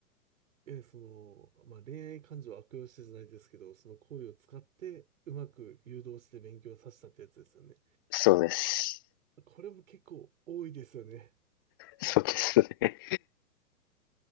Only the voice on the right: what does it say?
え、その、まあ、恋愛感情を悪用してじゃないですけど、その行為を使って、うまく誘導して勉強させたってやつですよね。
これも結構多いですよね。